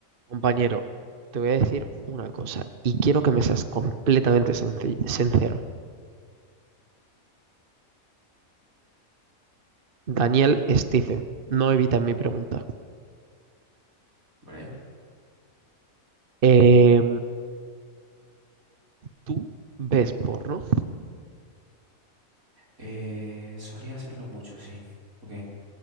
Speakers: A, on the right; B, on the right.
A: Compañero, te voy a decir una cosa y quiero que me seas completamente senci- sincero. Daniel Stephen, no evitas mi pregunta.
B: ¿Vale?
A: Eh, ¿tú ves porno?
B: Eh, solía hacerlo mucho, sí. Ok.